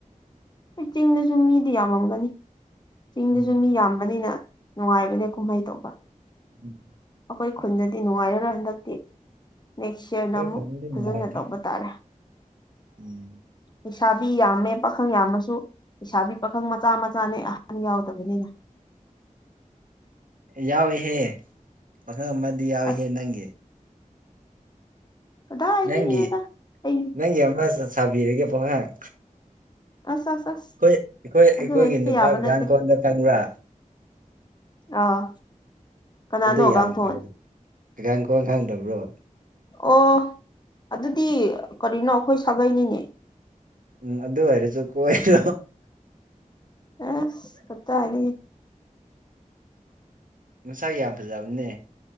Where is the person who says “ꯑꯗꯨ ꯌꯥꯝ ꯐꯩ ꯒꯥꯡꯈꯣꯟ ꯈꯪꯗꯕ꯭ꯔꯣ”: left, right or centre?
Right